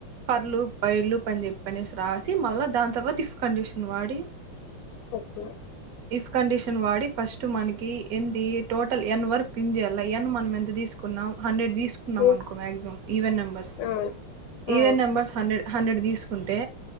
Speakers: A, on the right; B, on the left.
A: పర్లు పైర్లు పని చె పనేసి రాసి మళ్ళ దాని తర్వాత ఇఫ్ కండిషన్ వాడి
B: ఓకే
A: ఇఫ్ కండిషన్ వాడి ఫస్ట్ మనకి ఏంది టోటల్ ఎన్ వర్క్ పిన్ చేయాల ఎన్ మనం ఎంత తీసుకున్నాం హండ్రెడ్ తీసుకున్నాం
B: ఉమ్
A: అనుకో మ్యాక్సిమం ఈవెన్ నెంబర్స్
B: ఆ
A: ఈవెన్
B: ఆ
A: నెంబర్స్ హండ్రెడ్ హండ్రెడ్ తీసుకుంటే